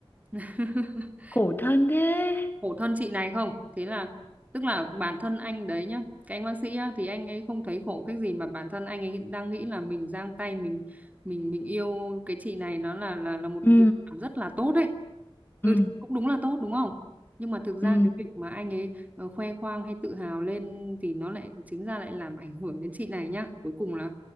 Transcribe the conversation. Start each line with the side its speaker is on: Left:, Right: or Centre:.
Right: <laughs>
Left: khổ thân thế,
Right: khổ thân chị này không thế là tức là bản thân anh đấy nhá cái anh bác sĩ á, thì anh ấy không thấy khổ cái gì mà bản thân anh ấy đang nghĩ là mình giang tay mình mình mình yêu cái chị này nó là là là một
Left: ừ,
Right: việc làm rất là tốt đấy ừ
Left: ừ,
Right: thì cũng đúng là tốt đúng không nhưng mà thực ra
Left: ừ,
Right: cái việc mà anh ấy ờ, khoe khoang hay tự hào lên thì nó lại chính ra lại làm ảnh hưởng đến chị này nhá cuối cùng là